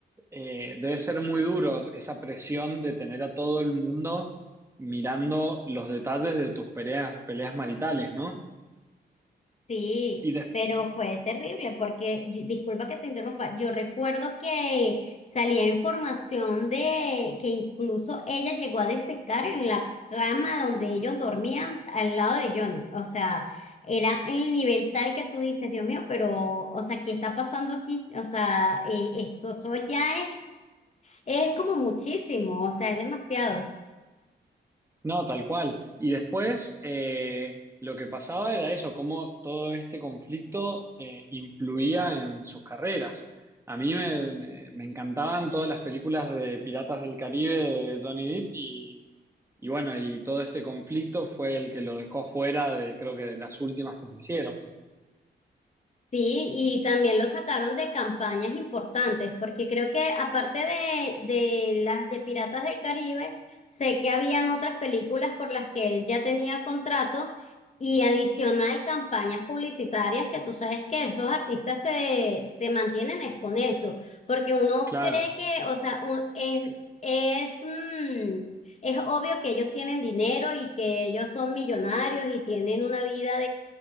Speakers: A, on the right; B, on the left.
A: eh, debe ser muy duro esa presión de tener a todo el mundo mirando los detalles de tus peleas, peleas maritales, ¿no?
B: Sí,
A: Y des-
B: pero fue terrible porque, yo- disculpa que te interrumpa, yo recuerdo que salía información de que incluso ella llegó a defecar en la cama donde ellos dormían al lado de Johnny. O sea, era el nivel tal que tú dices, Dios mío, pero, o sea, ¿qué está pasando aquí? O sea, eh, esto eso ya es, es como muchísimo, o sea, es demasiado.
A: no, tal cual. Y después eh, lo que pasaba era eso, cómo todo este conflicto eh, influía en sus carreras. A mí me, me- me encantaban todas las películas de Piratas del Caribe de Johnny Depp y, y bueno, y todo este conflicto fue el que lo dejó fuera de, creo que de las últimas que se hicieron.
B: Sí, y también lo sacaron de campañas importantes, porque creo que aparte de, de las de Piratas del Caribe, sé que habían otras películas por las que él ya tenía contrato y adicional campañas publicitarias que tú sabes que esos artistas se, se mantienen es con eso, porque uno
A: Claro.
B: cree que, o sea, un- es, es, mm, es obvio que ellos tienen dinero y que ellos son millonarios y tienen una vida